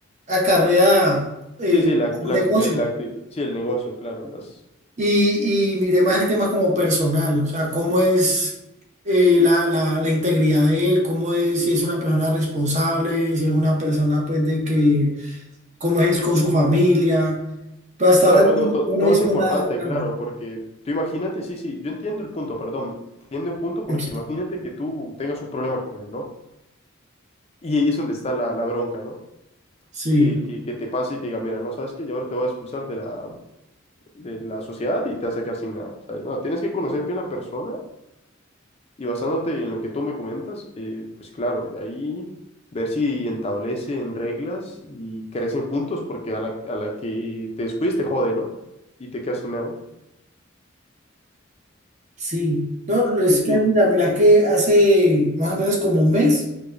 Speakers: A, on the right (about 35°); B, on the left (about 30°).
A: acarrea eh,
B: Sí, sí, la, la,
A: un negocio.
B: el, la acti- sí, el negocio, claro, las,
A: Y, y miré más el tema como personal, o sea, cómo es eh, la, la- la integridad de él, cómo es, si es una persona responsable, si es una persona, pues, de que, cómo es con su familia. Pero hasta
B: Claro,
A: ahora
B: todo,
A: yo
B: no, to-
A: no
B: todo
A: he visto
B: es importante,
A: nada. raro.
B: claro, porque tú imagínate, sí, sí, yo entiendo el punto, perdón, entiendo el punto porque
A: Tranquilo.
B: imagínate que tú tengas un problema con él, ¿no? Y ahí es donde está la, la bronca, ¿no?
A: Sí.
B: Que, que, que te pase y te diga, mira, no sabes que yo ahora te voy a expulsar de la, de la sociedad y te vas a quedar sin nada, ¿sabes? No, tienes que conocer bien la persona y basándote en lo que tú me comentas, eh, pues claro, y ahí ver si establecen reglas y crecen juntos porque a la, a la que te descuides te jode, ¿no? Y te quedas sin nada.
A: Sí, no, es
B: Sí, sí,
A: que mira, mira que hace más o menos como un mes,